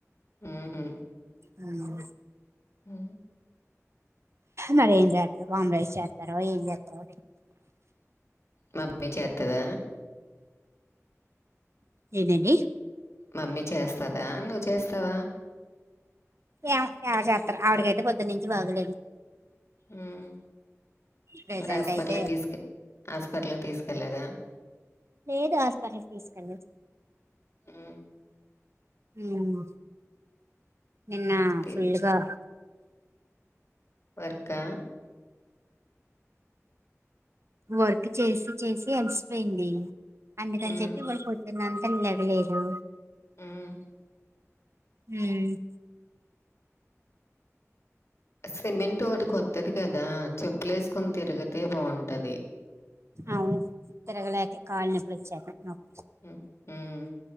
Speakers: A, on the left; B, on the right.
A: హ్మ్ హు
B: హలో
A: మ్
B: మరీ ఏం చేత్తారో వామ్ రైస్ చేత్తారో ఏం చేత్తారో
A: మమ్మీ చేత్తాదా
B: ఏందండి
A: మమ్మీ చేస్తాదా నువ్వు చేస్తావా
B: ఏమో ఎవరు చేత్తరు ఆవిడికైతే పొద్దునుంచి బాగలేదు
A: మ్
B: ప్రెజెంట్
A: మరి ఆసుపట్లాకి
B: అయితే
A: తీసుకె ఆసుపట్లాకి తీసుకెళ్ళేదా
B: లేదు ఆసుపట్లాకి తీసుకెళ్ళేదు
A: హ్మ్
B: హ్మ్ నిన్న
A: తి
B: ఫుల్ గా
A: వర్క్ ఆ
B: వర్క్ చేసి చేసి అలిసిపోయింది అందుకని
A: హ్మ్.
B: చెప్పి ఇవాళ పొద్దున్నంత లేగ లేదు
A: హ్మ్
B: మ్
A: సిమెంట్ ఓటి కొత్తది కదా చెప్పులే వేసుకొని తిరిగితే బావుంటది
B: అవును తిరిగాలకే కాళ్లు నొప్పులొచ్చేత్తన్నాయి నాకు
A: మ్ మ్మ్